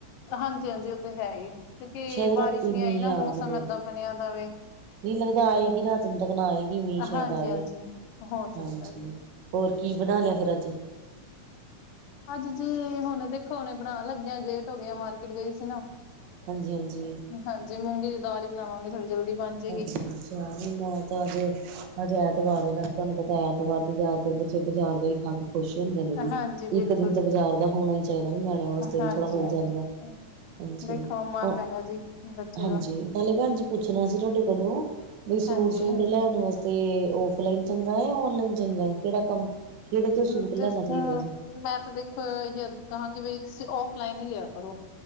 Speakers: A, on the left; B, on the right.
A: ਹਾਂਜੀ ਹਾਂਜੀ ਓਹ ਤੇ ਹੈ ਹੀ ਐ ਕਿਉਂਕਿ
B: ਸ਼ਾਇਦ
A: ਬਾਰਿਸ਼
B: ਰਾਤੀ
A: ਨੀ
B: ਮੀਂਹ
A: ਆਈ ਨਾ ਮੌਸਮ
B: ਆ ਜਾਵੇ
A: ਐਦਾਂ ਬਣਿਆ ਦਾਵੇ।
B: ਨਹੀਂ ਲੱਗਦਾ ਆਏਗੀ ਰਾਤ ਨੂੰ ਤੱਕ ਨਾ ਆਏਗੀ ਮੀਂਹ
A: ਅ
B: ਸ਼ਾਇਦ
A: ਹਾਂਜੀ
B: ਆਏ
A: ਹਾਂਜੀ, ਹੋ
B: ਹਾਂਜੀ
A: ਸਕਦਾ ਜੀ।
B: ਹੋਰ ਕੀ ਬਣਾਣੈ ਫੇਰ ਅੱਜ?
A: ਅੱਜ ਜੀ, ਹੋਣ ਦੇਖੋ ਹੋਨੇ ਬਣਾਣ ਲੱਗੀਆਂ ਲੇਟ ਹੋ ਗੇਆ ਮਾਰਕੀਟ ਗਈ ਸੀ ਨਾ।
B: ਹਾਂਜੀ ਹਾਂਜੀ।
A: ਹਾਂਜੀ, ਮੂੰਗੀ ਦੀ ਦਾਲ ਈ ਬਣਾਵਾਂਗੇ, ਥੋੜੀ ਜਲਦੀ ਬਣ ਜੇਗੀ।
B: ਅੱਛਾ ਅੱਛਾ, ਨਹੀਂ ਮੈਂ ਤਾਂ ਅੱਜੇ ਅੱਜ ਐਤਵਾਰ ਏ ਨਾ ਤੁਹਾਨੂੰ ਪਤੈ ਐਤਵਾਰ ਤੇ ਜੈਦਾਤਰ ਬੱਚੇ ਬਾਜ਼ਾਰ ਦਾ ਹੀ ਖਾ ਕੇ ਖੁਸ਼ ਹੁੰਦੇ ਨੇ ਵੀ
A: ਹਾਂਜੀ ਬਿਲਕੁਲ
B: ਇੱਕ ਦਿਨ ਤਾਂ
A: ਜੀ ਬਿਲਕੁਲ,
B: ਬਾਜ਼ਾਰ ਦਾ ਹੋਣਾ ਹੀ ਚਾਹੀਦਾ, ਨਾ ਨਿਆਣਿਆਂ ਵਾਸਤੇ
A: ਹਾਂਜੀ-ਹਾਂਜੀ।
B: ਵੀ ਥੋੜਾ ਹੋ ਜਾਂਦਾ। ਹਾਂਜੀ-ਹਾਂਜੀ
A: ਦੇਖੋ ਮਨ ਹੈਗਾ ਜੀ ਬੱਚੇ ਦਾ,
B: ਨਾਲੇ ਭੈਣਜੀ। ਪੁੱਛਣਾ ਸੀ, ਤੁਹਾਡੇ ਕੋਲੋਂ ਬਈ ਸੂਟ-ਸੂਟ
A: ਹਾਂਜੀ।
B: ਲੈਣ ਵਾਸਤੇ। ਤੇ ਔਫਲਾਈਨ ਚੰਗਾ ਜਾਂ ਔਨਲਾਈਨ ਚੰਗਾ ਕਿਹੜਾ ਕੰਮ, ਕਿਹੜੇ ਤੋਂ ਸੂਟ
A: ਹੂੰ-ਹੂੰ,
B: ਲੈਣਾ ਚਾਹੀਦਾ ਵੈਸੇ
A: ਮੈਂ ਤਾਂ ਦੇਖ। ਕਹਾਂਗੇ ਬਾਈ ਤੁੰ ਔਫਲਾਈਨ ਹੀ ਲਿਆ ਕਰੋ